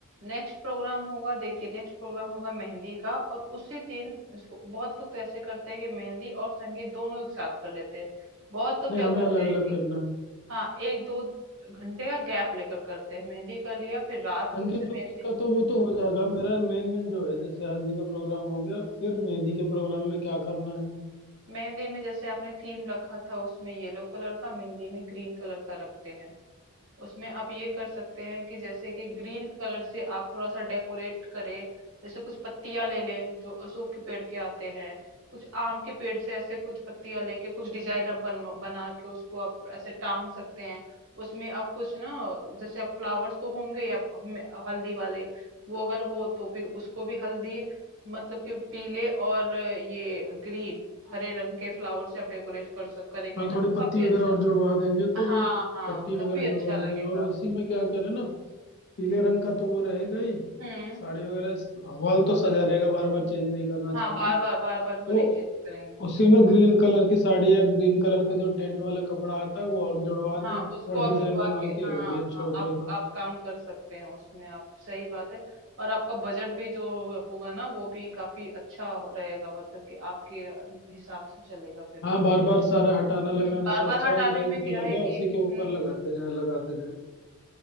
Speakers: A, on the right; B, on the left.
A: नेक्स्ट प्रोग्राम होगा देखिए नेक्स्ट प्रोग्राम होगा मेहंदी का और उसी दिन इसको बहुत लोग तो ऐसे करते हैं कि मेहंदी और संगीत दोनों एक साथ कर लेते हैं बहुत तो
B: नहीं
A: क्या
B: हमें
A: करते
B: अलग अलग
A: हैं कि
B: करना है
A: हाँ एक दो घंटे का गैप लेकर करते हैं मेहंदी कर लिया फिर रात
B: संगीत
A: को जैसे
B: वंगीत
A: मेहंदी
B: का तो वो तो हो जाएगा मेरा मेन मेन जो है जैसे हल्दी का प्रोग्राम हो गया फिर मेहंदी के प्रोग्राम में क्या करना है
A: मेहंदी में जैसे आपने थीम रखा था उसमें येलो कलर का मेहंदी में ग्रीन कलर का रखते हैं उसमें आप ये कर सकते हैं कि जैसे कि ग्रीन कलर से आप थोड़ा सा डेकोरेट करें जैसे कुछ पत्तियां ले लें जो अशोक के पेड़ के आते हैं कुछ आम के पेड़ से ऐसे कुछ पत्तियां लेके कुछ डिजाइन आप बन बना के उसको आप ऐसे टांग सकते हैं उसमें आप कुछ ना जैसे आप फ्लावर्स तो होंगे ही आप हमें- हल्दी वाले वो अगर हो तो फिर उसको भी हल्दी मतलब कि पीले और ये ग्रीन हरे रंग के फ्लावर से आप डेकोरेट कर सक करेंगे
B: हाँ
A: ना
B: थोड़ी
A: तो
B: पत्ती
A: काफी
B: वगैरह
A: अच्छा
B: और जुड़वा देंगे तो
A: हाँ हाँ
B: पत्ती
A: काफी
B: वगैरह जुड़वा
A: अच्छा लगेगा
B: दें और उसी में क्या करें ना पीले रंग का तो वो रहेगा ही
A: हम्म
B: साड़ी वगैरह हॉल तो सजा रहेगा बार बार चेंज नहीं करना
A: हाँ
B: चाह
A: बार
B: रहा हूँ
A: बार बार बार तो
B: तो
A: नहीं चेंज करेंगे
B: उसी में ग्रीन कलर की साड़ी या ग्रीन कलर का जो टेंट वाला कपड़ा आता है वो और जुड़वा दें
A: हाँ
B: थोड़ा
A: उसको आप
B: डिजाइन
A: जुड़वा
B: बनवा
A: के
B: के
A: हाँ
B: वो भी अच्छा
A: हाँ
B: हो जाएगा
A: आप आप काम कर सकते हैं उसमें आप सही बात है और आपका बजट भी जो होगा ना वो भी काफी अच्छा रहेगा मतलब कि आपके हिसाब से चलेगा फिर वो
B: हाँ बार बार सारा हटाना
A: हम्म
B: लगाने
A: बार
B: से
A: बार
B: अच्छा
A: हटाने
B: है कि भाई
A: में क्या
B: जो लगा
A: है कि
B: उसी के ऊपर
A: हम्म
B: लगाते जाएं लगाते जाएं